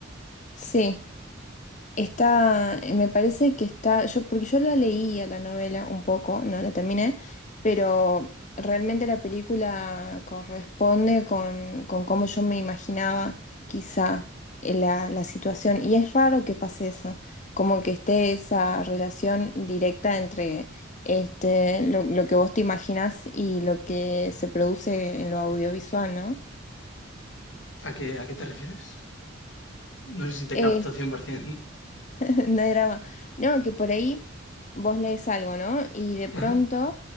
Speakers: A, on the left; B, on the left.
A: sí, está, eh, me parece que está, yo, porque yo la leía la novela un poco, no la terminé, pero realmente la película corresponde con, con cómo yo me imaginaba quizá eh, la, la situación. Y es raro que pase eso, como que esté esa relación directa entre este, lo, lo que vos te imaginás y lo que se produce en lo audiovisual, ¿no?
B: ¿A qué, a qué te refieres? No sé si te
A: Eh,
B: capto 100%.
A: <laughs> No hay drama. No, que por ahí vos lees algo, ¿no? Y de pronto
B: Ajá.